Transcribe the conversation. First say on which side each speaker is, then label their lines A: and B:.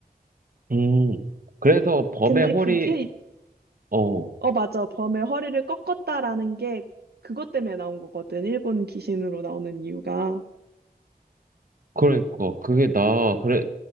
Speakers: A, on the right (about 60°); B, on the right (about 80°).
A: 음. 그래서 범의
B: 근데
A: 허리
B: 그게,
A: 어,
B: 어, 맞아. 범의 허리를 꺾었다라는 게 그것 때문에 나온 거거든. 일본 귀신으로 나오는 이유가.
A: 그러니까. 그게 나, 그래,